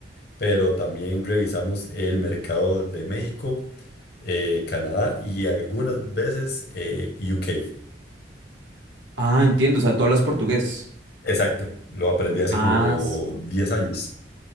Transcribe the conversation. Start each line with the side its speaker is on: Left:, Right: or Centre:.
Left: pero también revisamos el mercado de México, eh, Canadá y algunas veces eh, UK.
Right: Ah, entiendo. O sea, tú hablas portugués.
Left: Exacto, lo aprendí hace
Right: Ah,
Left: como
Right: s-
Left: 10 años.